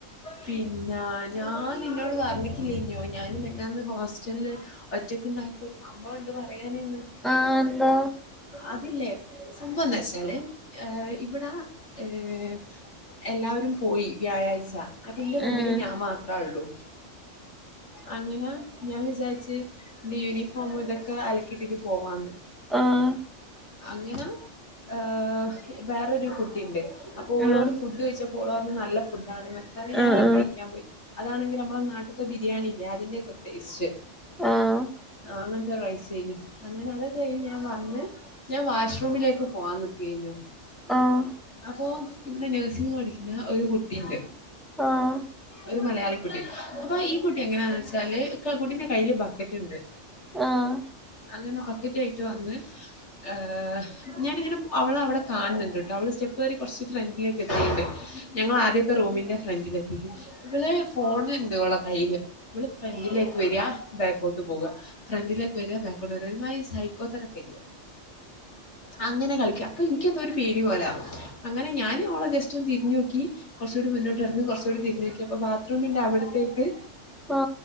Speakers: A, on the left; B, in the centre.
A: പിന്നെ, ഞാൻ നിന്നോട് പറഞ്ക്കില്ലേഞ്ഞോ ഞാനും മേഞ്ഞാന്ന് ഹോസ്റ്റലില്.. ഒറ്റക്ണ്ടായിപ്പോ ഒരു സംഭവംണ്ട് പറയാന് ന്ന്
B: ആഹ് ന്താ..
A: അതില്ലേ സംഭവന്താചാ ചാൽ ഇവിടെ ഏഹ് എല്ലാവരും പോയി വ്യാഴാഴ്ച.. അപ്പൊ ഇന്റെ റൂമില്
B: ആഹ്
A: ഞാൻ മാത്രാഉള്ളൂ.. അങ്ങനെ ഞാൻ വിചാരിച്ച്. ഇന്റെ യൂണിഫോമും ഇതൊക്കെ അലക്കിട്ടിട്ട് പോവാന്ന്.
B: ആഹ്..
A: അങ്ങനെ ഏഹ് വേറൊരു കുട്ടിണ്ട്, അപ്പോൾ ഓളോട്
B: ആഹ്
A: ഫുഡ് ചോയിച്ചപ്പോൾ ഓള് പറ്ഞ്ഞ് നല്ല ഫുഡാണൊക്കെ.. <unintelligible> ഞാനാ
B: ആഹ്
A: കഴിക്കാൻ പോയി. അതാണെങ്കിൽ നമ്മള നാട്ട്ത്തെ ബിരിയാണില്ലേ അതിന്റെക്കെ ഒരു ടേസ്റ്റ്..
B: ആഹ് ആഹ് ആഹ് ആഹ് ആഹ്
A: ആ അങ്ങനത്തെര് റൈസ് ഏനി അങ്ങനെ അതൊക്കെ കഴിഞ് ഞാൻ വന്ന്.. ഞാൻ വാഷ്റൂമിലേക്ക് പോവാൻ നിക്കെന്നു..
B: ആഹ്
A: അപ്പൊ ഇവിടെ നഴ്സിംഗ് പഠിക്കുന്ന ഒരു കുട്ടിണ്ട്
B: ആഹ് ആഹ് ആഹ് ആഹ് ആഹ് ആഹ്
A: ഒരു മലയാളി.. കുട്ടി അപ്പൊ ഈ കുട്ടി എങ്ങനെയാന്ന് വെച്ചാല് കുട്ടിന്റെ കയ്യിയില് ബക്കറ്റ്ണ്ട്..
B: ആഹ്..
A: ങ്ങനെ ബാക്കറ്റ് ആയിട്ട് വന്ന് ആഹ് ഞാനിങ്ങനെ അവളെ അവ്ടെ കാണ്ന്ന്ണ്ട്ട്ടോ <inaudible> സ്റ്റേപ്പേറി കോർച്ച് ഫ്രണ്ടിലേക്ക് എത്തിയിണ്ട്.. ഞങ്ങളെ ആദ്യത്തെ റൂമിന്റെ ഫ്രണ്ടിലെത്തിക് ഇവിള് ഫോൺണ്ട് ഓളെ കയ്യില് ഇവൾ ഫ്രണ്ടിലേക്ക് വേരാ ബാക്കോട്ട് പോകാ ഫ്രണ്ടിലേക്ക് വരിക ബാക്കോട്ട് പോക ഒര് മാതിരി സൈക്കോ കോത്തരം ഒക്കെഇലേ അങ്ങനെ കളിക്കാം അപ്പൊ എനിക്കന്തോ ഒരു പേടി പോല അങ്ങനെ ഞാന് ഓളെ ജസ്റ്റ് ഒന്ന് തിരിഞ്ഞു നോക്കി കുറച്ചുടി മുന്നോട്ട്നട്ന്ന് കുറച്ചുടി തിരിഞ്ഞോക്കി അപ്പൊ ബാത്റൂമിന്റെ അവിട്ത്തെക്ക്..
B: ആഹ്